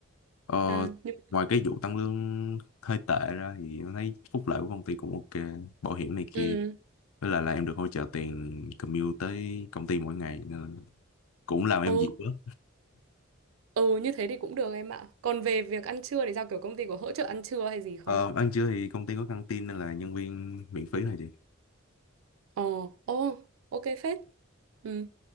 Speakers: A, on the left (about 85°); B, on the right (about 70°).
A: ờ,
B: À, nhưng
A: ngoài cái vụ tăng lương hơi tệ ra thì em thấy phúc lợi của công ty cũng ok bảo hiểm này kia
B: ừ,
A: với lại là em được hỗ trợ tiền commute tới công ty mỗi ngày nên cũng làm em
B: ừ
A: dịu lắm
B: Ừ như thế thì cũng được em ạ. Còn về việc ăn trưa thì sao kiểu công ty có hỗ trợ ăn trưa hay gì không?
A: ờ, ăn trưa thì công ty có căng tin nên là nhân viên miễn phí thôi chị
B: Ồ, ồ, ok phết. Ừ.